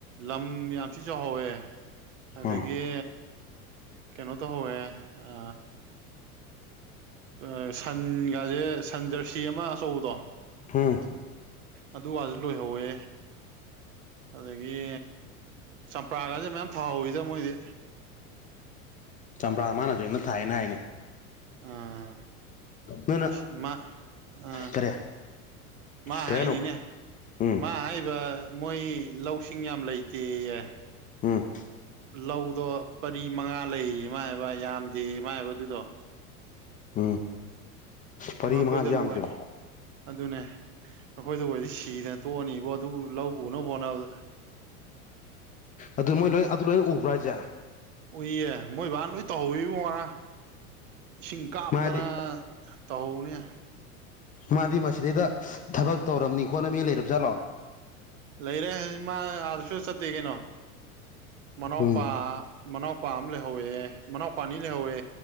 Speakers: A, on the right; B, on the left.
A: ꯂꯝ ꯌꯥꯝ ꯊꯤ ꯆꯥꯎꯍꯧꯋꯦ ꯑꯗꯒꯤ
B: ꯑꯥ
A: ꯀꯩꯅꯣ ꯇꯧꯍꯧꯋꯦ ꯑ ꯑ ꯁꯟꯒꯁꯦ ꯁꯟ ꯖꯔꯁꯤ ꯑꯃ ꯑꯆꯧꯕꯗꯣ
B: ꯍꯨꯝ
A: ꯑꯗꯨ ꯋꯥꯁꯨ ꯂꯣꯏꯍꯧꯋꯦ ꯑꯗꯒꯤ ꯆꯝꯄ꯭ꯔꯥꯒꯥꯁꯦ ꯃꯌꯥꯝ ꯐꯍꯧꯋꯤꯗ ꯃꯣꯏꯗꯤ
B: ꯆꯝꯄ꯭ꯔꯥ ꯃꯥꯅꯁꯨ ꯑꯩꯟꯗ ꯊꯥꯏꯌꯦꯅ ꯍꯥꯏꯅꯦ
A: ꯑꯥ
B: ꯅꯣꯏꯅ
A: <unintelligible> ꯃꯥ ꯑꯥ
B: ꯀꯔꯤ
A: ꯃꯥ
B: ꯀꯩ
A: ꯍꯥꯏꯅꯤꯅꯦ
B: ꯍꯥꯏꯅꯣ ꯎꯝ
A: ꯃꯥ ꯍꯥꯏꯕ ꯃꯣꯏ ꯂꯧꯁꯤꯡ ꯌꯥꯝ ꯂꯩꯇꯦꯌꯦ
B: ꯎꯝ
A: ꯂꯧꯗꯣ ꯄꯔꯤ ꯃꯉꯥ ꯂꯩꯌꯦꯌꯦ ꯃꯥ ꯍꯥꯏꯕ ꯌꯥꯝꯗꯦꯌꯦ ꯃꯥ ꯍꯥꯏꯕ ꯑꯗꯨꯗꯣ
B: ꯎꯝ ꯃꯔꯤ
A: ꯃꯥ
B: ꯃꯉꯥꯁꯤ
A: ꯈꯣꯏꯗꯒ
B: ꯌꯥꯝꯗ꯭ꯔꯦꯕ
A: ꯑꯣꯏꯅꯤ ꯑꯗꯨꯅꯦ ꯑꯩꯈꯣꯏꯗꯒ ꯑꯣꯏꯔꯗꯤ ꯁꯤꯗꯅ ꯇꯣꯛꯑꯅꯤꯕꯣ ꯑꯗꯨ ꯂꯧ ꯎꯅꯕ ꯍꯣꯠꯅꯕꯗ
B: ꯑꯗꯨ ꯃꯣꯏ ꯂꯣꯏ ꯑꯗꯨ ꯂꯣꯏ ꯎꯕ꯭ꯔꯥ ꯍꯥꯏꯖꯦ
A: ꯎꯏꯌꯦ ꯃꯣꯏ ꯕꯥꯅ ꯂꯣꯏ ꯇꯧꯍꯧꯏꯕꯣ ꯉꯔꯥꯡ ꯏꯁꯤꯡ ꯀꯥꯞꯇꯅ
B: ꯃꯥꯗꯤ
A: ꯇꯧꯍꯧꯕꯅꯦ
B: ꯃꯥꯗꯤ ꯃꯁꯤꯗꯩꯗ ꯊꯕꯛ ꯇꯧꯔꯝꯅꯤ ꯈꯣꯠꯅꯝꯅꯤ ꯂꯩꯔꯕ ꯖꯥꯠꯂꯣ
A: ꯂꯩꯔꯦ ꯃꯥ ꯑꯥꯗ ꯁꯨꯆꯠ ꯆꯠꯇꯦ ꯀꯩꯅꯣ ꯃꯅꯥꯎꯄꯥ
B: ꯎꯝ
A: ꯃꯅꯥꯎꯄꯥ ꯑꯃ ꯂꯩꯍꯧꯋꯦ ꯃꯅꯥꯎꯄꯥ ꯑꯅꯤ ꯂꯩꯍꯧꯋꯦ